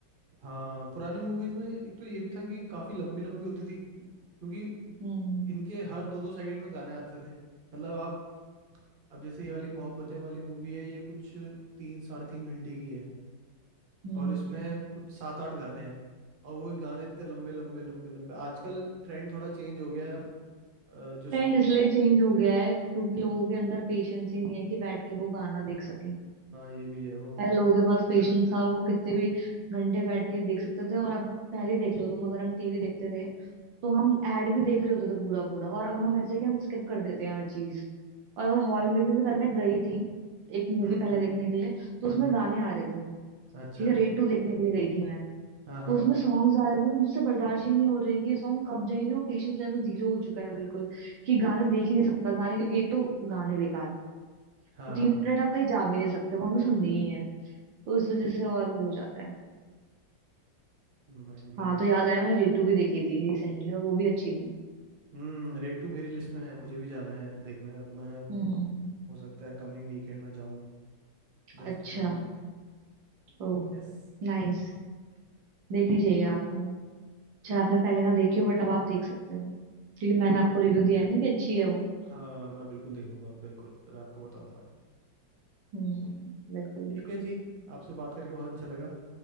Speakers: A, on the right (about 30°); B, on the right (about 75°).
A: हाँ पुरानी मूवीज में एक तो ये भी था कि काफी लंबी लंबी होती थी क्योंकि
B: हम्म
A: इनके हर दो दो सेकंड में गाने आते थे मतलब आप अब जैसे ये वाली मोहब्बतें वाली मूवी है ये कुछ तीन साढ़े तीन घंटे की है
B: हम्म
A: और इसमें कुछ सात आठ गाने हैं और वो गाने इतने लंबे लंबे लंबे लंबे आजकल ट्रेंड थोड़ा चेंज हो गया है अब अ, जो सॉन्ग
B: ट्रेंड इसलिए चेंज हो गया है क्योंकि लोगों के अंदर पेशेंस ही नहीं है कि बैठ के वो गाना देख सकें
A: ये भी है वो
B: पहले लोगों के पास
A: skip
B: पेशेंस
A: करते
B: था
A: हैं
B: वो कितने भी घंटे बैठ के देख सकते थे और अब पहले देख लो तुम अगर हम टीवी देखते थे तो हम एड भी देख रहे होते थे पूरा पूरा और अब हम ऐसे कि हम स्किप कर देते हैं हर चीज और हॉल में भी मैं कल मैं गई थी एक मूवी
A: हम्म
B: पहले देखने के लिए तो
A: हम्म
B: उसमें
A: हम्म,
B: गाने आ रहे थे
A: अच्छा
B: ठीक है रेड टू देखने के लिए गई थी मैं
A: हाँ हाँ
B: तो उसमें सॉन्ग्स आ रहे हैं, वो मुझसे बर्दाश्त ही नहीं हो रहे हैं कि ये सॉन्ग कब जाएंगे वो पेशेंस लेवल जीरो हो चुका है बिल्कुल कि गाने देख ही नहीं सकता गाने क्योंकि एक तो गाने बेकार हैं
A: हाँ
B: तो तीन मिनट हम कहीं जा भी नहीं सकते वो हमें सुनने ही है तो इस वजह से और वो हो जाता है
A: नहीं नहीं
B: हाँ
A: वो
B: तो याद
A: तो-
B: आया मैंने रेटू भी देखी थी रिसेंटली और वो भी अच्छी थी
A: हम्म रेड टू मेरी लिस्ट में है मुझे भी जाना है देखने अब मैं
B: हम्म
A: हो सकता है कमिंग वीकेंड में जाऊं दोस्तों
B: अच्छा
A: के साथ
B: ओ
A: यस
B: नाइस देखनी चाहिए आपको चाहे आपने पहले ना देखी हो बट अब आप देख सकते हो क्योंकि मैंने आपको रिव्यू दिया है ना कि अच्छी है वो
A: हाँ मैं बिल्कुल देखूंगा बिल्कुल फिर आपको बताऊंगा
B: हम्म बिल्कुल बिल्कुल
A: ठीक है जी आपसे बात करके बहुत अच्छा लगा